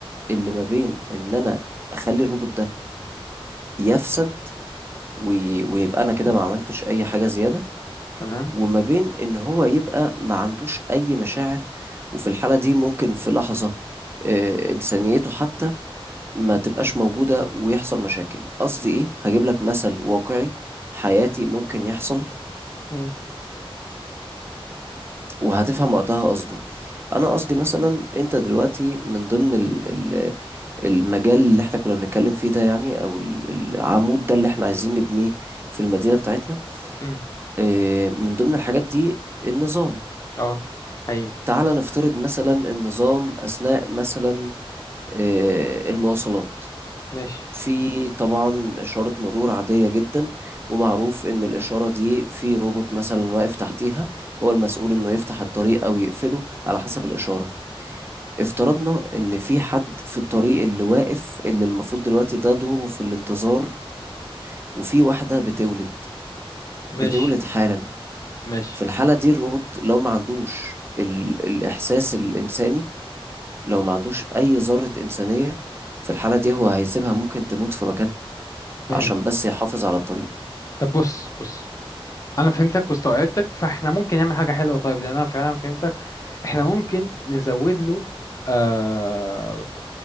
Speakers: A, on the right (about 25°); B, on the left (about 35°).
A: اللي ما بين ان انا اخلي الروبوت ده يفسد وي- ويبقى انا كده ما عملتش اي حاجة زيادة
B: تمام
A: وما بين ان هو يبقى ما عندوش اي مشاعر وفي الحالة دي ممكن في لحظة آه، انسانيته حتى ما تبقاش موجودة ويحصل مشاكل قصدي ايه هجيب لك مثل واقعي حياتي ممكن يحصل
B: مم.
A: وهتفهم وقتها قصدي انا قصدي مثلا انت دلوقتي من ضمن ال ال المجال اللي احنا كنا بنتكلم فيه ده يعني او ال- العمود ده اللي احنا عايزين نبنيه في المدينة بتاعتنا
B: مم.
A: آه، من ضمن الحاجات دي النظام
B: اه حقيقي
A: تعال نفترض مثلا النظام أثناء مثلا آه، المواصلات
B: ماشي
A: في طبعا إشارة مرور عادية جدا ومعروف إن الإشارة دي في روبوت مثلا واقف تحتيها هو المسؤول إنه يفتح الطريق أو يقفله على حسب الإشارة افترضنا ان في حد في الطريق اللي واقف اللي المفروض دلوقتي ده دوره في الانتظار وفي واحدة بتولد بتولد
B: ماشي
A: حالا
B: ماشي
A: في الحالة دي الروبوت لو ما عندوش ال الإحساس الإنساني لو ما عندوش أي ذرة إنسانية في الحالة دي هو هيسيبها ممكن تموت في مكانها
B: فهمت
A: عشان بس يحافظ على الطريق
B: طب بص بص انا فهمتك واستوعبتك فاحنا ممكن نعمل حاجه حلوه طيب لان انا فعلا فهمتك احنا ممكن نزود له آه